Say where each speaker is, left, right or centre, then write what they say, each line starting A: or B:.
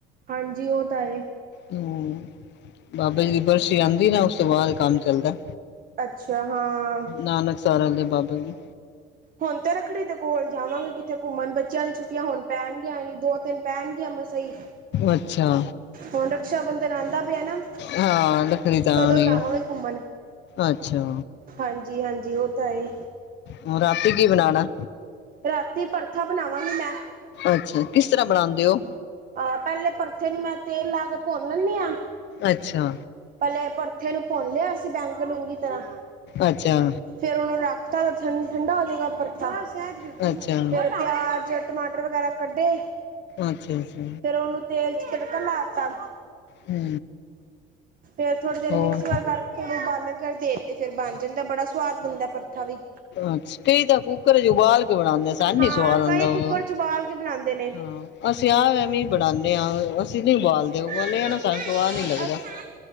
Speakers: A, on the right; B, on the left.
A: ਹਾਂਜੀ ਉਹ ਤਾਂ ਹੈ।
B: ਹਮ ਬਾਬਾ ਜੀ ਦੀ ਬਰਸੀ ਆਉਂਦੀ ਨਾ ਉਸ ਤੋਂ ਬਾਅਦ ਕੰਮ ਚੱਲਦਾ
A: ਅੱਛਾ ਹਾਂ।
B: ਨਾਨਕ ਸਾਰ ਦੇ ਬਾਬਾ ਜੀ
A: ਹੁਣ ਤੇ ਰੱਖੜੀ ਦੇ ਕੋਲ ਜਾਵਾਂਗੇ ਕਿੱਥੇ ਘੁੰਮਣ ਬੱਚਿਆਂ ਦੀ ਛੁੱਟੀਆਂ ਹੁਣ ਪੈਣਗੀਆਂ ਨਹੀਂ ਦੋ -ਤਿੰਨ ਪੈਣਗੀਆਂ ਮਸਾ ਹੀ
B: ਅੱਛਾ
A: ਹੁਣ ਰਕਸ਼ਾ ਬੰਧਨ ਆਉਂਦਾ ਪਿਆ ਨਾ,
B: ਹਾਂ ਲੱਕੜੀ ਤਾਂ
A: ਕਦੋਂ
B: ਆਣੀ
A: ਜਾਵਾਂਗੇ
B: ਆ
A: ਘੁੰਮਣ
B: ਅੱਛਾ।
A: ਹਾਂਜੀ -ਹਾਂਜੀ ਉਹ ਤਾਂ ਹੈਏ
B: ਹੁਣ ਰਾਤੀ ਕੀ ਬਣਾਣੈ।
A: ਰਾਤੀ ਭਰਥਾ ਬਣਾਵਾਂਗੀ ਮੈਂ।
B: ਅੱਛਾ, ਕਿਸ ਤਰ੍ਹਾਂ ਬਣਾਉਂਦੇ ਹੋ।
A: ਆ, ਪਹਿਲੇ ਭਰਥੇ ਨੂੰ ਮੈਂ ਤੇਲ ਲਾ ਕੇ ਭੁੰਨ ਲੈਂਨੀ ਹਾਂ।
B: ਅੱਛਾ।
A: ਪਹਿਲੇ ਭਰਥੇ ਨੂੰ ਭੁੰਨ ਲਿਆ ਸੀ ਬੈਂਗਣ ਨੂੰ ਚੰਗੀ ਤਰ੍ਹਾਂ,
B: ਅੱਛਾ
A: ਫੇਰ ਉਹਨੂੰ ਰੱਖ ਚਲੋ ਠਡ ਠੰਡਾ ਹੋ ਜਏਗਾ ਭਰਥਾ ਤੇ
B: ਅੱਛਾ
A: ਪਿਆਜ, ਟਮਾਟਰ ਵਗੈਰਾ ਕੱਢੇ
B: ਅੱਛਾ ਅੱਛਾ
A: ਫੇਰ ਉਹਨੂੰ ਤੇਲ ਚ ਤੜਕਾ ਲਾਤਾ।
B: ਹੂੰ।
A: ਫੇਰ ਥੋੜੀ ਦੇਰ
B: ਹੋਰ
A: ਮਿਕਸ ਵਰ ਕਰਕੇ ਥੋੜੇ ੳਬਾਲੇ ਵਗੈਰੇ ਦੇ ਤੇ ਫੇਰ ਬਣ ਜਾਂਦਾ ਬੜਾ ਸਵਾਦ ਬਣਦਾ ਭਰਥਾ ਵੀ।
B: ਅੱਛ, ਕਈ ਤਾਂ ਕੁੂੱਕਰ ਚ ਉਬਾਲ ਕੇ ਬਣਾਉਂਦੇ ਸਨ ਨੀ
A: ਹਾਂ
B: ਸਵਾਦ ਆਉਦਾ
A: ਕਈ ਕੁੱਕਰ
B: ੳਦਾ।
A: 'ਚ ਉਬਾਲ ਬਣਾਉਂਦੇ ਨੇ
B: ਹ ਅਸੀਂ ਆਪ ਐਵੇਂ ਹੀ ਬਣਾਨੇ ਹਾਂ, ਅਸੀਂ ਨੀ ਉਬਾਲਦੇ ਉਬਾਲਿਆ
A: ਹਾਂ
B: ਦਾ ਸਾਨੂੰ ਸਵਾਦ ਨੀ ਲੱਗਦਾ।
A: ਅਸ-